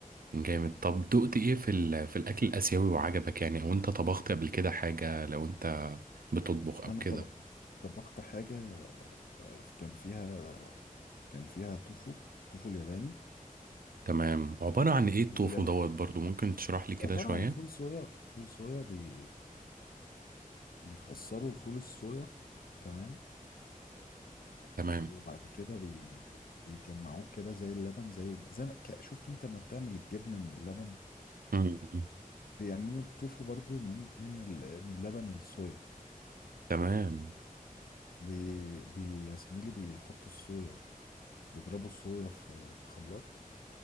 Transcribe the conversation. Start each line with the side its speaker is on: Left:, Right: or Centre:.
Right: جامد طب دقت ايه في ال... في الاكل الاسيوي وعجبك يعني او انت طبخت قبل كده حاجه لو انت بتطبخ او
Left: انا
Right: كده
Left: طب... طبخت حاجه آه، كان فيها كان فيها توفو توفو الياباني
Right: تمام عباره عن ايه التوفو
Left: توفو الياباني
Right: دوت برضو ممكن تشرح لي كده
Left: عباره
Right: شويه
Left: عن فول صويا فول صويا بي... بيخسروا فول الصويا تمام آه،
Right: تمام
Left: وبعد كده بي... بيجمعوه كده زي اللبن زي زي ما... ك- شفت انت ما بتعمل الجبنه من اللبن
Right: مم.
Left: بيعملوا التوفو برضو من من ال... من لبن الصويا
Right: تمام
Left: بي... بي... يا زميلي بيحطوا الصويا بيضربوا الصويا في في خلاط